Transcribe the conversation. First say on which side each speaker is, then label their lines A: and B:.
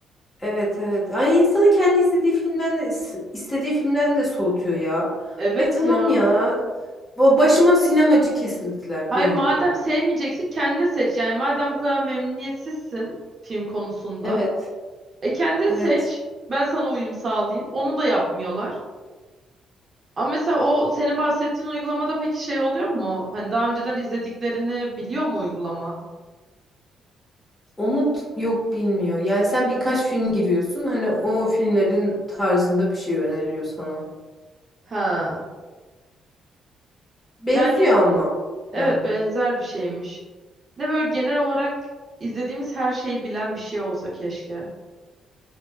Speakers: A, on the left; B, on the right.
A: evet evet. Yani insanı kendi izlediği filmden de is- istediği filmden de soğutuyor ya.
B: Evet
A: Ay tamam
B: ya.
A: ya. Ba- Başıma sinemacı kesildiler
B: Hayır
A: bir anda.
B: madem sevmeyeceksin kendin seç. Yani madem bu kadar memnuniyetsizsin film konusunda.
A: Evet.
B: E kendin
A: Evet.
B: seç. Ben sana uyum sağlayayım. Onu da yapmıyorlar. Ama mesela o senin bahsettiğin uygulamada peki şey oluyor mu? Hani daha önceden izlediklerini biliyor mu uygulama?
A: Onu t- yok bilmiyor. Yani sen birkaç film giriyorsun. Hani o filmlerin tarzında bir şey öneriyor sana.
B: Ha.
A: Benziyor
B: Yani
A: ama yani.
B: evet benzer bir şeymiş. De böyle genel olarak izlediğimiz her şeyi bilen bir şey olsa keşke.